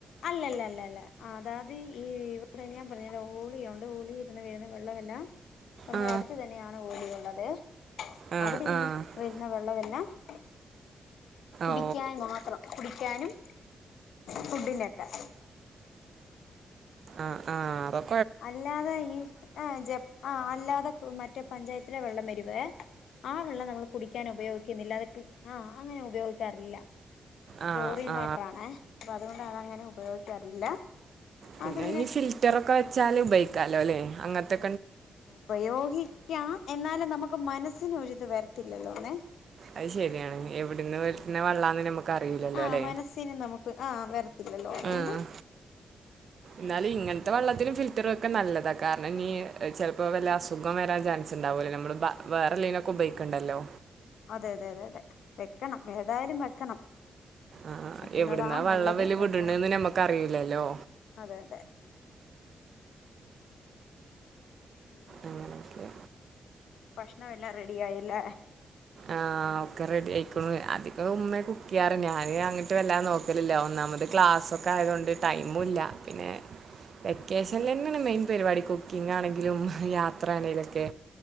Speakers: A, on the left; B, on the right.
A: അല്ലലല്ലല്ലല്ലാ അതാത് ഈ ഇവിടെ ഞാൻ പറഞ്ഞ തരാം ഓളിയുണ്ട് ഒളി ഇരുന്ന് വരുന്ന വെള്ളം അല്ലാ നമ്മുടെ
B: ആ
A: അടുത്ത് തന്നെയാണ് ഓലിയുള്ളത്
B: ആ
A: അവിടെ ഇരുന്ന്
B: ആ
A: വരുന്ന വെള്ളമെല്ലാം <unintelligible> കുടിക്കാൻ
B: ഓ
A: മാത്രം.... കുടിക്കാനും ഫുഡിനെക്കെ
B: ആഹ ആഹ്.
A: അല്ലാതെ ഈ ആ ജ ആ അല്ലാതെ മറ്റേ പഞ്ചായത്തി ല്ല വെള്ളംവെരുവ് ആ വെള്ളം നമ്മള് കുടിക്കാന് ഉപയോഗിക്കുന്നില്ല അത് ആഹ് അങ്ങനെ ഉപയോഗിക്കാറില്ല
B: ആ
A: ഗ്ലോറിയൻ
B: ആ
A: വാട്ടറാണെ അപ്പൊ അതുകൊണ്ട് അതങ്ങനെ ഉപയോഗിക്കാറില്ല.
B: പിന്നെ
A: അതിങ്ങനെ
B: ഇനി ഫിൽറ്ററൊക്കെ വെച്ചാല് ഉപയോഗിക്കാലോലേ അങ്ങത്തെ
A: ഉപയോഗിക്കാം എന്നാലും നമുക്ക് മനസ്സിന് ഒരിത് വരത്തില്ലല്ലോന്നെ.
B: അഹ് ശരിയാണ് എവിടന്ന് വരുന്ന വെള്ളാന്ന് നമ്മക്ക് അറിയില്ലല്ലോലെ
A: ആ മനസ്സിന് നമുക്ക് ആ വരത്തില്ലല്ലോ അതുകൊണ്ട്
B: ആഹ് ന്നാലും ഇങ്ങൻ തെ വെള്ളത്തിനും ഫിൽറ്ററും ഒക്കെ നല്ലതാ. കാരണം ഇനി എഹ് ചിലപ്പോ വല്ല അസുഖം വരാൻ ചാൻസ് ഉണ്ടാവൊല്ലൊല്ലേ നമ്മുള് ബ വേറെ ലൈനൊക്കെ ഉബൈക്കണ്ടല്ലോ
A: അതെ അതെ അതെ അതെ വെക്കണം ഏതായാലും വെക്കണം.
B: ആഹ് ആഹ്
A: വെക്കുന്നതാ
B: എവിടുന്നാ വള്ളം
A: നല്ലത്
B: വല് വിട്ണെന്ന്
A: വെക്കണം
B: നമ്മക്ക് അറിയൂലല്ലോ
A: അതെ അതെ പിന്നെ
B: അങ്ങനക്കെ
A: ഭക്ഷണം എല്ലാം റെഡി ആയില്ലെ
B: ആഹ് ഒക്കെ റെഡി ആയിക്കുണു. അതിക ഉമ്മ കുക്ക്യ്യാറ് ഞാന് അങ്ങ ട്ട് വെല്ലാ നോക്കലില്ല. ഒന്നാമത് ക്ലാസ്സൊക്കെ ആയതൊണ്ട് ടൈമുല്ല. പിന്നെ വെക്കേഷനിലെന്നെണ് മെയിൻ പരിപാടി കുക്കിം ആണെങ്കിലും യാത്ര ആണെലൊക്കെ